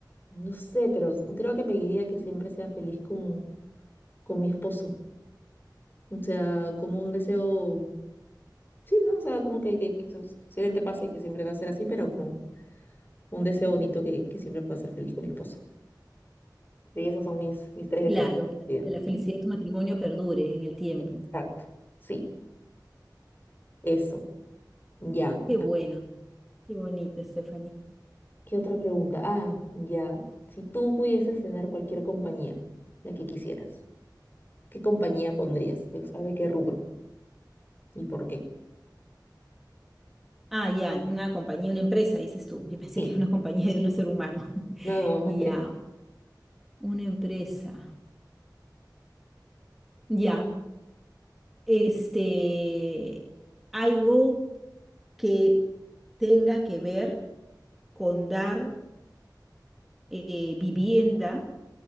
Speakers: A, on the left (about 30°); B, in the centre.
A: no sé, pero creo que pediría que siempre sea feliz con, con mi esposo. O sea, como un deseo, sí, ¿no? O sea, como que, que, que su- posiblemente pase y que siempre va a ser así, pero como un deseo bonito que, que siempre pueda ser feliz con mi esposo. Sí, esos son mis, mis tres deseos.
B: claro, que la,
A: Bien,
B: que la felicidad de tu matrimonio perdure en el tiempo.
A: exacto. Sí, eso. Ya.
B: Qué bueno, qué bonito, Stephanie.
A: ¿Qué otra pregunta? Ah, ya. Si tú pudieses cenar cualquier compañía, la que quisieras, ¿qué compañía pondrías? ¿De, o sea, de qué rubro? ¿Y por qué?
B: Ah, ya, una compañía, una empresa, dices tú. Yo pensé
A: Sí.
B: que era una compañía de un ser humano. <laughs>
A: No, no, una
B: Ya,
A: empresa.
B: una empresa. Ya, este, algo que tenga que ver con dar eh, vivienda